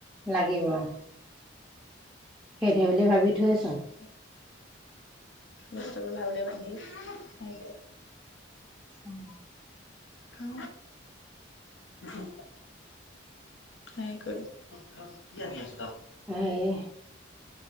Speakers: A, in the centre; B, on the left (about 70°).
A: লাগিব সেইটো বুলি ভাবি থৈছোং
B: লৈ মেলি বস্তুবোৰ ভালকে বান্ধি সেই
A: উম
B: হা হা সেই কৰি <unintelligible> উত কি আনি আছো <unintelligible>
A: সেই